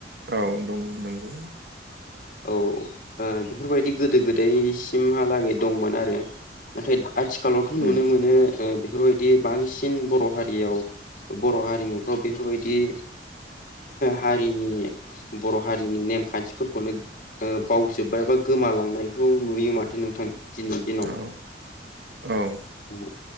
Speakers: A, on the right (about 60°); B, on the left (about 45°).
A: औ दं नोंगौ।
B: औ ओ बेफोरबायदि गोदो गोदायसिमहालागै दंमोन आरो नाथाय आथिखालावथ' नुनो
A: उम
B: मोनो। बेफोरबायदि बांसिन बर' हारियाव बर' हारिमुफ्राव बेफोरबायदि हारिनि बर' हारिनि नेमखान्थिफोरखौनो ओ बावजोब्बाय बा गोमालांनायखौ नुयो माथो नोंथां दिनैनि दिनाव‌।
A: औ औ
B: औ